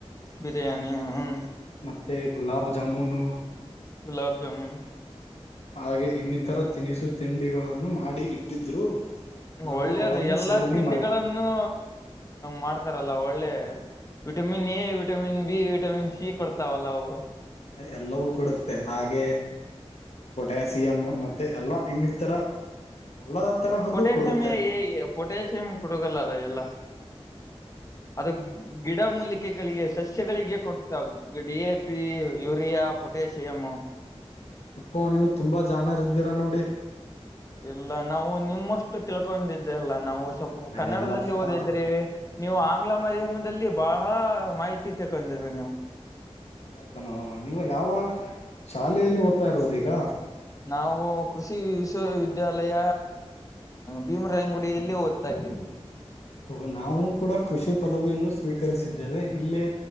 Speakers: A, on the left; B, on the left.
A: ಬಿರಿಯಾನಿ ಹ್ಮ್
B: ಮತ್ತೆ ಗುಲಾಬ್ ಜಾಮೂನು.
A: ಗುಲಬ್ ಜಾಮುನ್.
B: ಹಾಗೆ ಇನ್ನಿತರ ತಿನಿಸು ತಿಂಡಿಗಳನ್ನು ಮಾಡಿ ಇಟ್ಟಿದ್ರು. ನಾವು
A: ಒಳ್ಳೇದು
B: ಅವನ್ನು
A: ಎಲ್ಲಾ
B: ಸೇವನೆ
A: ತಿಂಡಿಗಳಗಳನ್ನುೂ
B: ಮಾಡಿ
A: ಮಾಡ್ತಾರಲ್ಲ ಒಳ್ಳೆ. Vitamin A vitamin B vitamin C ಕೊಡ್ತಾವಲ್ಲಾವು.
B: ಎಲ್ಲವೂ ಕೊಡುತ್ತೆ ಹಾಗೆ. ಪೊಟ್ಯಾಸಿಯಮ ಮತ್ತೆ ಎಲ್ಲ ಇನ್ನಿತರ ಎಲ್ಲಾ ತರಹದ್ದು
A: ಪೊಟ್ಯಾಸಿಯಂ
B: ಕೊಡುತ್ತೆ.
A: ಎ ಪೊಟ್ಯಾಸಿಯಂ ಕೊಡಕಲ್ಲ ಅದ ಎಲ್ಲ ಅದು. ಗಿಡ ಮೂಲಿಕೆಗಳಿಗೆ ಸಸ್ಯಗಳಿಗೆ ಕೊಡ್ತಾ. D A P urea potassium.
B: ಅಪ್ಪೋ ನೀವು ತುಂಬಾ ಜಾಣರು ಇದ್ದೀರಾ ನೋಡಿ.
A: ಇಲ್ಲ ನಾವು ನಿಮ್ಮಷ್ಟು ತಿಳ್ಕೊಂಡಿದ್ದೆಲ್ಲ ನಾವು ಸ್ವಲ್ಪ ಕನ್ನಡದಲ್ಲಿ
B: ಎಲ್ಲಪ್ಪಾ
A: ಓದಿದ್ರಿ ನೀವು ಆಂಗ್ಲ ಮಾಧ್ಯಮದಲ್ಲಿ ಬಹಳ ಮಾಹಿತಿ ತಿಳ್ಕೊಂಡಿದ್ರಿ ನೀವು.
B: ಕ್ಕನೂ ನೀವು ಯಾವ ಶಾಲೆಯಲ್ಲಿ ಓದ್ತಾ ಇರೋದು ಈಗ
A: ನಾವು ಕೃಷಿ ವಿಶ್ವವಿದ್ಯಾಲಯ ಭೀಮರಾಯಂಗುಡಿಯಲ್ಲಿ ಓದ್ತಾ ಇದ್ದೀವಿ.
B: ಹೋ ನಾವು ಕೂಡ ಕೃಷಿ ಪದವಿಯನ್ನು ಸ್ವೀಕರಿಸಿದ್ದೇವೆ ಇಲ್ಲೇ.